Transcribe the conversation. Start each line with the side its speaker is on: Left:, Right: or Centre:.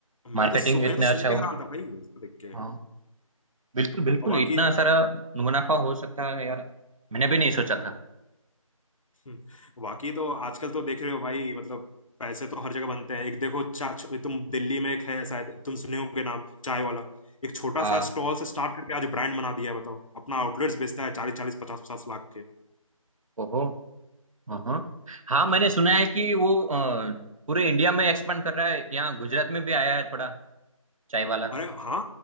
Left: मैं
Right: मार्केटिंग
Left: तो सु, मैं
Right: इतने
Left: तो सुन
Right: अच्छा
Left: के
Right: हुआ
Left: हैरान था भाई इसको देख के
Right: हाँ बिल्कुल बिल्कुल
Left: और बाकी
Right: इतना सारा मुनाफा हो सकता है यार मैंने भी नहीं सोचा था
Left: हम्म, बाकी तो आजकल तो देख रहे हो भाई मतलब पैसे तो हर जगह बनते हैं एक देखो चा, च- तुम दिल्ली में एक है शायद तुम सुने होंगे नाम चाय वाला एक छोटा
Right: हाँ
Left: सा स्टॉल से स्टार्ट करके आज ब्रांड बना दिया है बताओ अपना आउटलेट्स बेचता है चालीस चालीस पचास पचास लाख के
Right: ओहो हाँ हाँ हाँ, मैंने सुना है कि वो अ, पूरे इंडिया में एक्सपांड कर रहा है यहाँ गुजरात में भी आया है थोड़ा चाय वाला
Left: अरे हाँ